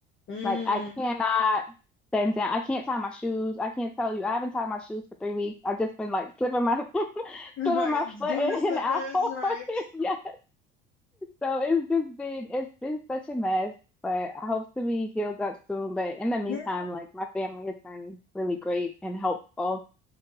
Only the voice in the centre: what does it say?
Like I cannot bend down. I can't tie my shoes. I can't tell you. I haven't tied my shoes for three weeks. I've just been like slipping my, <laughs>
slipping my foot
in
and out.
<laughs> Yeah. So it's just been it's been such a mess, but I hope to be healed up soon. But in the meantime,
like my family has been really great and helpful.